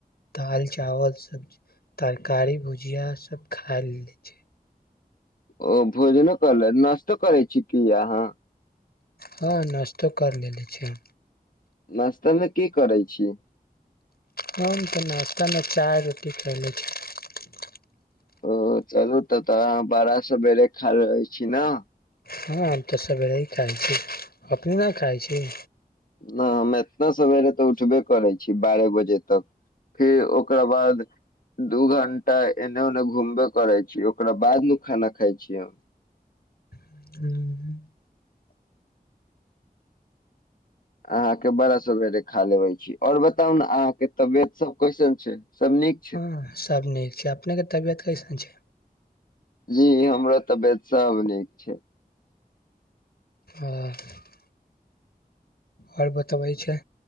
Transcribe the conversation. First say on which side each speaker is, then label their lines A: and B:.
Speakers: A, on the left (about 80°); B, on the left (about 60°).
A: दालि, चावल, सब्जी, तरकारी, भुजिया सभ खा लेने छी।
B: ओ भोजनो करले नश्तो करै छी की अहाँ?
A: हँ नस्तो कर लेले छी।
B: नश्तामे की करैत छी?
A: हम तऽ नास्ता में चाय-रोटी खयलै छी।
B: ओ चलू तऽ तऽ बड़ा सवेरे खा रहै छी ने?
A: हँ हम तऽ सवेरे ही खाइ छी। अपने ने खाइ छी?
B: न हम एतना सवेरे तऽ उठबे करै छी बारह बजे तक। फिर ओकरा बाद दू घंटा एने ओने घूमबे करै छी। ओकरा बाद न खाना खाइ छीयै हम।
A: ह
B: अहाँके बड़ा सवेरे खा लेबे छी। आऔर ब बताउ ने अहाँके तबियत सब कैसन? छै सब नीक छै
A: हँ सब नीक छै अपने के तबियत कैसन छै।
B: जी हमर तबियत सब नीक छै। <unintelligible>
A: आ। <unintelligible> आओर बतबै छै।